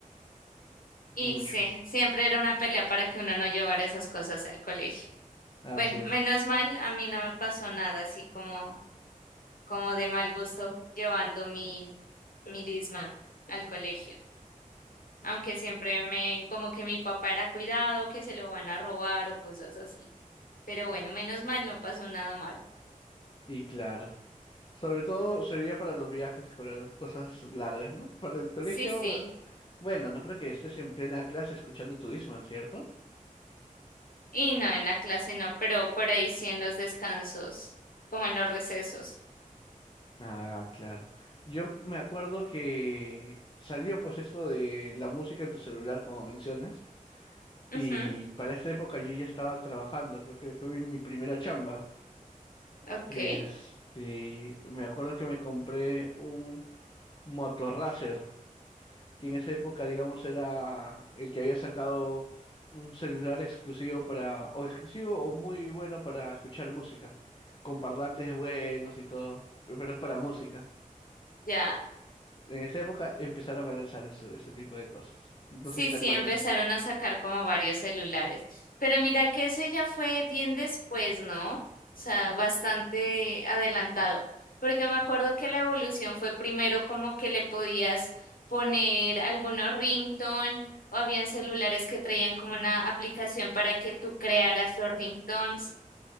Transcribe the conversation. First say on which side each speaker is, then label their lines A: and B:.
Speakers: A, on the left; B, on the left.
A: Y
B: mucho.
A: sí, siempre era una pelea para que uno no llevara esas cosas al colegio.
B: Así
A: Bueno,
B: es.
A: menos mal, a mí no me pasó nada así como, como de mal gusto llevando mi, mi Discman al colegio. Aunque siempre me, como que mi papá era cuidado, que se lo van a robar o cosas así. Pero bueno, menos mal no pasó nada malo.
B: Y claro. Sobre todo serviría para los viajes escolares, cosas largas, ¿no? Para el colegio,
A: Sí, sí.
B: eh, bueno, no creo que estés en plena clase escuchando tu Discman, ¿cierto?
A: Y no, en la clase no, pero por ahí sí en los descansos, como en los recesos.
B: Ah, claro. Yo me acuerdo que salió pues esto de la música en tu celular, como mencionas, y
A: Ujú,
B: para esa época yo ya estaba trabajando, creo que fue mi, mi primera chamba.
A: ok,
B: Este, me acuerdo que me compré un motorracer que en esa época, digamos, era el que había sacado un celular exclusivo para, o exclusivo o muy bueno para escuchar música, con parlantes buenos y todo, pe- pero es para música.
A: ya.
B: En esa época empezaron a lanzar eso, ese tipo de cosas. No
A: Sí,
B: sé si te
A: sí,
B: acuerdas.
A: empezaron a sacar como varios celulares. Pero mira que eso ya fue bien después, ¿no? O sea, bastante adelantado. Porque me acuerdo que la evolución fue primero como que le podías poner algunos ringtone o habían celulares que traían como una aplicación para que tú crearas los ringtones